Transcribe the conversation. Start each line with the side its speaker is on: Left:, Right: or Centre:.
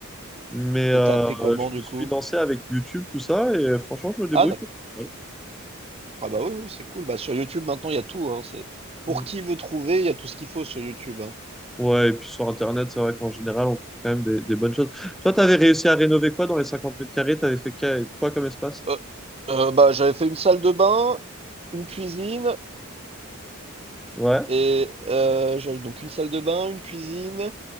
Centre: Mais euh,
Right: Et tu appris comment,
Centre: je me
Right: du
Centre: suis
Right: coup?
Centre: lancé avec YouTube, tout ça. Et euh, franchement, je me débrouille.
Right: Ah d'accord.
Centre: pour- Voilà.
Right: Ah bah, oui, oui, c'est cool. Bah, sur YouTube, maintenant, il y a tout, hein. C'est pour
Centre: Mm.
Right: qui veut trouver, il y a tout ce qu'il faut sur YouTube, hein.
Centre: Ouais, et puis sur Internet, c'est vrai qu'en général, on trouve quand même des, des bonnes choses. Toi, t'avais réussi à rénover quoi dans les 50 mètres carrés? T'avais fait que- quoi comme espace?
Right: Heu, heu, bah, j'avais fait une salle de bain, une cuisine
Centre: Ouais.
Right: Et heu, je donc une salle de bain, une cuisine,